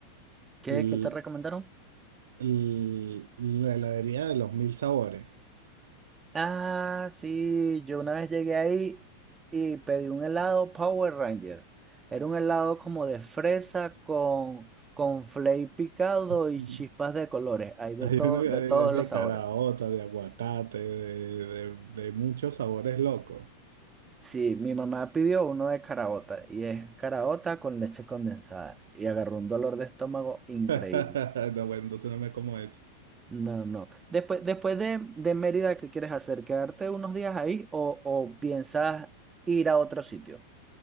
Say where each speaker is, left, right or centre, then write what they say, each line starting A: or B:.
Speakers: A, on the right; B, on the right.
A: ¿qué,
B: L-
A: qué te recomendaron?
B: l- la heladería de los mil sabores.
A: Ah, sí, yo una vez llegué ahí y pedí un helado Power Ranger. Era un helado como de fresa con, con flake picado
B: <laughs>
A: y chispas de colores. Hay de
B: Hay
A: todo,
B: uno de,
A: de todos
B: de
A: los sabores.
B: caraota, de aguacate, de, de de muchos sabores locos.
A: Sí, mi mamá pidió uno de caraota y es caraota con leche condensada y agarró un dolor de estómago increíble.
B: <laughs> No, bueno, entonces no me como eso.
A: No, no. Después, después de, de Mérida, ¿qué quieres hacer? ¿Quedarte unos días ahí o, o piensas ir a otro sitio?